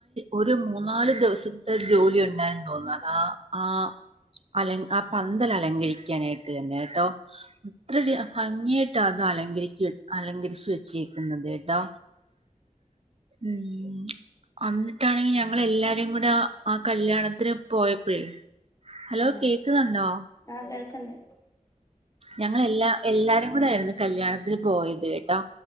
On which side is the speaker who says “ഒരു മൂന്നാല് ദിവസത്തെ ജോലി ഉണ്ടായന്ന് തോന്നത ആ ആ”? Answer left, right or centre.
Right